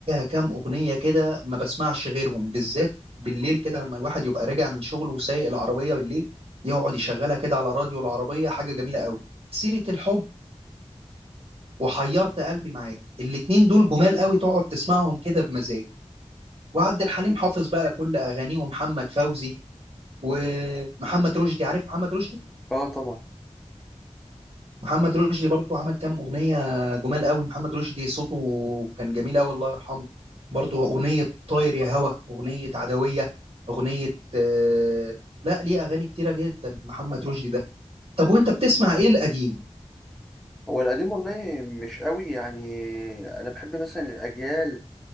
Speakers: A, on the right; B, in the centre.
A: كام اغنيه كده ما بسمعش غيرهم بالذات بالليل كده لما الواحد يبقى راجع من شغله وسايق العربيه بالليل يقعد يشغلها كده على راديو العربيه حاجه جميله قوي سيره الحب وحيرت قلبي معاك الاتنين دول جمال قوي تقعد تسمعهم كده بمزاج وعبد الحليم حافظ بقى كل اغانيه ومحمد فوزي ومحمد رشدي عارف محمد رشدي
B: اه طبعا
A: محمد رشدي برضو عمل كام اغنيه جمال قوي محمد رشدي صوته كان جميل قوي الله يرحمه برضو اغنيه طاير يا هوا اغنيه عدويه اغنيه آه، لا ليه اغاني كتيره جدا محمد رشدي ده طب وانت بتسمع ايه القديم
B: هو القديم والله مش قوي يعني انا بحب مثلا الاجيال